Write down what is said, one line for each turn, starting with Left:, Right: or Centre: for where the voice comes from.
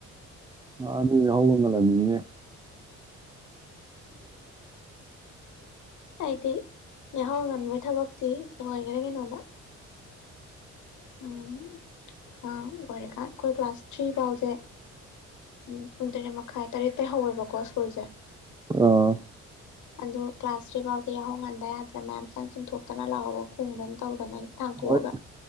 Right: ꯑꯅꯤ ꯌꯥꯍꯧꯒ ꯉꯜꯂꯝꯃꯤꯅꯤꯅꯦ
Left: ꯑꯩꯗꯤ ꯌꯥꯍꯧꯉꯟꯕ ꯊꯕꯛꯇꯤ ꯂꯣꯏꯒ꯭ꯔꯦ ꯀꯩꯅꯣꯗ ꯎꯝ ꯑꯉꯥꯡ ꯑꯣꯏꯔꯤꯀꯥꯟ ꯑꯩꯈꯣꯏ ꯀ꯭ꯂꯥꯁ ꯊ꯭ꯔꯤ ꯐꯥꯎꯁꯦ ꯎꯝ ꯄꯨꯡ ꯇꯔꯦꯠ ꯃ ꯈꯥꯏ ꯇꯔꯦꯠꯇꯩ ꯍꯧꯋꯦꯕꯀꯣ ꯁ꯭ꯀꯨꯜꯁꯦ
Right: ꯑꯥ
Left: ꯑꯗꯨ ꯀ꯭ꯂꯥꯁ ꯊ꯭ꯔꯤ ꯐꯥꯎꯗꯤ ꯌꯥꯍꯧ ꯉꯟꯗ ꯌꯥꯗ꯭ꯔꯦ ꯃꯌꯥꯝꯆꯪ ꯆꯤꯡꯊꯣꯛꯇꯅ ꯂꯥꯛꯍꯧꯕ ꯈꯣꯡꯗꯅ ꯇꯧꯗꯅ ꯑꯩ ꯊꯥꯡꯇꯣꯛꯑꯒ
Right: ꯍꯣꯏ